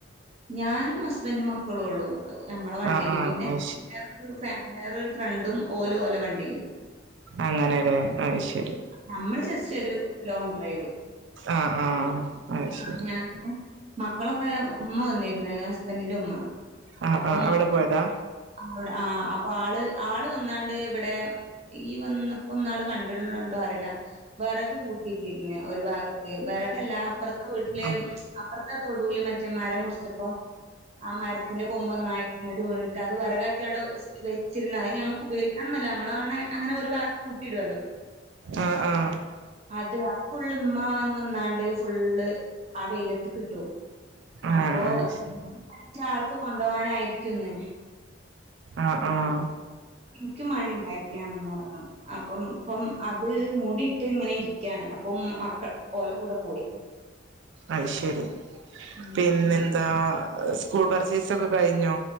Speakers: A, on the right (about 35°); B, on the right (about 70°).
A: ഞാനും ഹസ്ബന്റും മക്കളും ഉള്ളു നമ്മള വണ്ടിയില്
B: ആഹ് ആഹ്
A: പിന്നെ വേറൊരു ഫ വേറൊരു ഫ്രണ്ടും ഒലും ഒല വണ്ടിയില്
B: അങ്ങനെല്ലേ അത് ശരി
A: നമ്മള് ജസ്റ്റ്‌ ഒരു ലോങ്ങ്‌ ഡ്രൈവ്
B: ആഹ് ആഹ് അത്
A: <unintelligible>
B: ശരി
A: മക്കളൊക്കെ ഉമ്മ വന്നിരുന്നു ഹസ്ബൻന്റിന്റെ ഉമ്മ
B: ആഹ്
A: അപ്പം
B: ആഹ് അവിടെ പോയതാ
A: അവിട ആഹ് അപ്പൊ ആള് ആള് വന്നാണ്ട് ഇവിടെ ഇയ്യ് വന്നപ്പം ഇന്നാള് കണ്ടിട്ടുണ്ടോ അറിയില്ല വിറക് കൂട്ടിയിട്ടിരുന്ന് ഒരു ഭാഗ ത്ത് വിറകല്ല അപ്പുറത്തെ വീട്ടില്
B: ആഹ്
A: അപ്പുറത്തെ തൊടുല് മറ്റേ മരം മുറിച്ചപ്പോ ആ മരത്തിന്റെ കൊമ്പ് ഒന്നായിട്ട് ഇങ്ങട് വീണിട്ട് അത് വിറകാക്കി അവിടെ വെച്ചിരുന്ന അത് ഞങ്ങക്ക് ഉപയോഗി <unintelligible> നമ്മളാണെ അങ്ങനെ ഒരു ഭാഗത്ത് കൂട്ടിയിടുവല്ലോ
B: ആഹ് ആഹ്
A: അത് അ ഫുള്ളും ഉമ്മന്ന് വന്നാണ്ട് ഫുള്ള് ആ വെയിലത്തിക്കിട്ടു
B: ആഹ്
A: അപ്പൊ
B: ആഹ് അത് ശരി
A: <inaudible> ആൾക്ക് കൊണ്ടുപോകാനയിരിക്കുന്ന്
B: ആഹ് ആഹ്
A: ക്കും വേണ്ടി ഉണ്ടാക്കിയണെന്ന് പറഞ്ഞു അപ്പം ഇപ്പം അത് മൂടിയിട്ട് ഇങ്ങനെ ഇരിക്കാണ് അപ്പം മക്കൾ ഒല കൂടെ പോയി
B: അയ്ശെരി
A: ഉം
B: പിന്നെന്താ സ് കൂൾ പർച്ചേസൊക്കെ കഴിഞ്ഞോ